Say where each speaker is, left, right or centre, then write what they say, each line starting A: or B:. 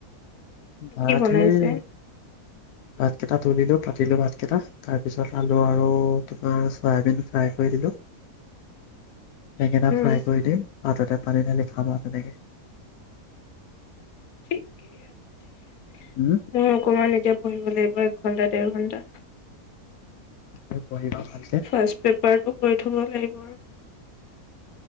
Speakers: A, on the left (about 85°); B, on the left (about 70°).
A: ভাত
B: কি বনাইছে।
A: সেই ভাতকেইটা তুলিলো পাতিলো ভাতকেইটা তাৰ পিছত আলু আৰু তোমাৰ চয়াবিন ফ্ৰাই কৰি দিলো। বেঙেনা
B: উম
A: ফ্ৰাই কৰি দিম ভাততে পানী ধালী খানা আছে থে
B: ঠিকেই ঠিকে।
A: উম
B: মই অকমান এতিয়া পঢ়িব লাগিব এক ঘণ্টা দেৰ ঘন্টা
A: <inaudible> ভালকে
B: ফাৰ্ষষ্ট পেপাৰটো কৰি থব লাগিব আৰু